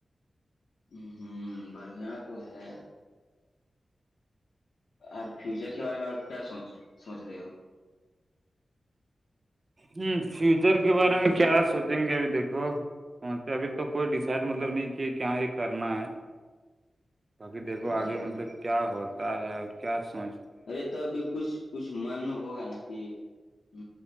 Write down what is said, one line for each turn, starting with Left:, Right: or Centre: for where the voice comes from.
Left: ہ ہوں بڑھیا تو ہے اور فیوچر کے بارے میں آپ کیا سوچ سوچ رہے ہو
Right: ہوں فیوچر کے بارے میں کیا سوچیں گے ابھی دیکھو ابھی توک کوئی ڈیسائڈ مطلب نہیں کہ کیااں یہ کرنا ہے باقی دیکھو آگے
Left: ہوں،
Right: مطلب کیا ہوتا ہے اور کیا سوچ
Left: ارے تو ابھی کچھ کچھ من میں ہوگا نا کہ ا